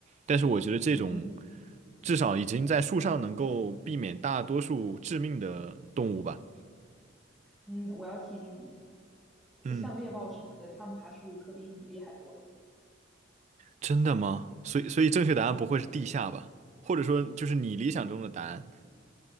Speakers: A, on the right (about 35°); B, in the centre.
A: 但是我觉得这种
B: 嗯，
A: 至少已经在树上能够避免大多数致命的动物吧。
B: 我嗯我要提醒你，呃像猎豹什么的，
A: 嗯，
B: 它们爬树可比你厉害多了。
A: 真的吗？所以，所以正确答案不会是地下吧？或者说，就是你理想中的答案？